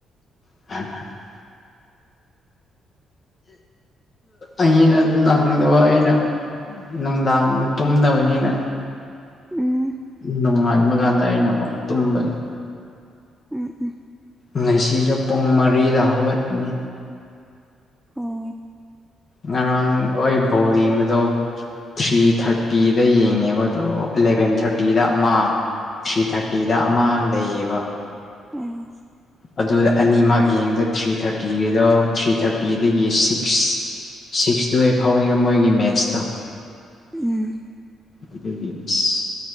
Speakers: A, on the left; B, in the centre.
A: <inaudible> ꯑꯩꯅ ꯅꯪꯗꯕ ꯑꯩꯅ ꯅꯨꯡꯗꯥꯡꯗ ꯇꯨꯝꯗꯕꯅꯤꯅ
B: ꯎꯝ
A: ꯅꯣꯡꯉꯥꯟꯕ ꯀꯥꯟꯗ ꯑꯩꯅ ꯑꯃꯨꯛ ꯇꯨꯝꯕꯒꯤ
B: ꯎꯝ ꯎꯝ
A: ꯉꯁꯤꯁꯨ ꯄꯨꯡ ꯃꯔꯤꯗ ꯍꯧꯒꯠꯅꯤ
B: ꯑꯣ
A: ꯉꯔꯥꯡ ꯑꯣꯏ ꯕꯣꯜ ꯌꯦꯡꯕꯗꯣ ꯊ꯭ꯔꯤ ꯊꯥꯔꯇꯤꯗ ꯌꯦꯡꯉꯦꯕ ꯑꯗꯣ ꯑꯦꯂꯚꯦꯟ ꯊꯥꯔꯇꯤꯗ ꯑꯃ ꯊ꯭ꯔꯤ ꯊꯥꯔꯇꯤꯗ ꯑꯃ ꯂꯩꯌꯦꯕ
B: ꯑꯣ
A: ꯑꯗꯨꯗ ꯑꯅꯤꯃꯛ ꯌꯦꯡꯉꯗ ꯊ꯭ꯔꯤ ꯊꯥꯔꯇꯤꯒꯤꯗꯣ ꯊ꯭ꯔꯤ ꯊꯥꯔꯇꯤꯗꯒꯤ ꯁꯤꯛꯁ ꯁꯤꯛꯁꯇꯨꯑꯦ ꯐꯥꯎꯅꯤꯉꯥ ꯃꯣꯏꯒꯤ ꯃꯦꯠꯁꯇꯣ
B: ꯎꯝ
A: ꯑꯗꯨꯒꯤ ꯑꯁ